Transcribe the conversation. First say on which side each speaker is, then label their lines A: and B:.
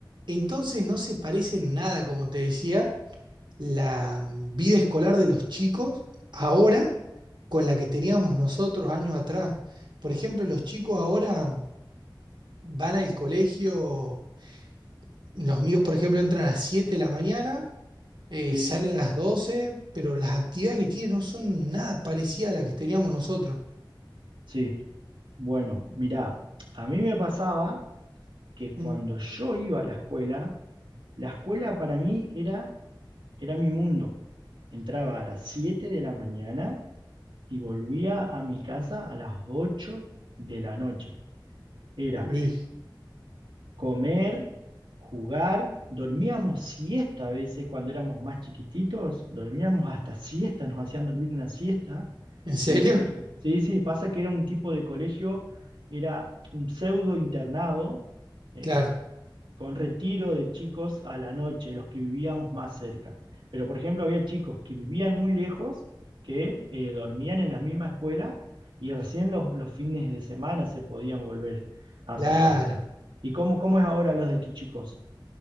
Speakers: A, on the right; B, on the right.
A: Entonces no se parece en nada, como te decía, la mm, vida escolar de los chicos ahora con la que teníamos nosotros años atrás. Por ejemplo, los chicos ahora van al colegio, los míos, por ejemplo, entran a las 7 de la mañana, eh,
B: Sí,
A: salen a las 12, pero las actividades que tienen no son nada parecidas a las que teníamos nosotros.
B: sí. Bueno, mirá, a mí me pasaba que
A: Mm.
B: cuando yo iba a la escuela, la escuela para mí era, era mi mundo. Entraba a las 7 de la mañana y volvía a mi casa a las 8 de la noche. Era
A: Uy,
B: comer, jugar, dormíamos siesta a veces cuando éramos más chiquititos, dormíamos hasta siesta, nos hacían dormir una siesta
A: ¿En serio?
B: en el colegio. Sí, sí, pasa que era un tipo de colegio, era un pseudo internado, eh,
A: Claro,
B: con retiro de chicos a la noche, los que vivíamos más cerca. Pero, por ejemplo, había chicos que vivían muy lejos, que eh, dormían en la misma escuela y recién los, los fines de semana se podían volver a
A: claro.
B: sus casas. ¿Y cómo, cómo es ahora los de tus chicos?